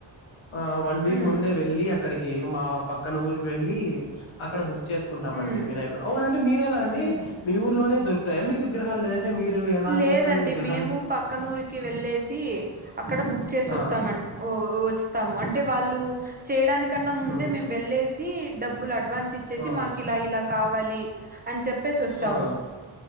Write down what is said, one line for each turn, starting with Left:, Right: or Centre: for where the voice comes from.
Left: ఆ వన్ వీక్
Right: ఉమ్
Left: ముందే వెళ్ళి అక్కడికి మా పక్కన ఊరికి వెళ్ళి అక్కడ బ చేసుకుంటామండి
Right: ఉమ్
Left: వినాయకుడు అవునండి మీర ఎలా అండి
Right: ఉమ్
Left: మీ ఊర్లోనే దొర్ తహమిక విగ్రహాలయని మీరు ఎలా
Right: లేదండి
Left: చేస్తారు విగ్రహాన్ని
Right: మేము పక్కనూరుకి వెళ్ళేసి అక్కడ బుక్ చేసి వస్తాము
Left: ఆ
Right: వస్తాము అంటే వాళ్ళు చేయడానికన్నా ముందే
Left: ఉమ్
Right: మేము వెళ్ళేసి డబ్బులు అడ్వాన్స్ ఇచ్చేసి
Left: ఆ
Right: మాకు ఇలా ఇలా కావాలి అని చెప్పేసి వస్తాము
Left: ఆ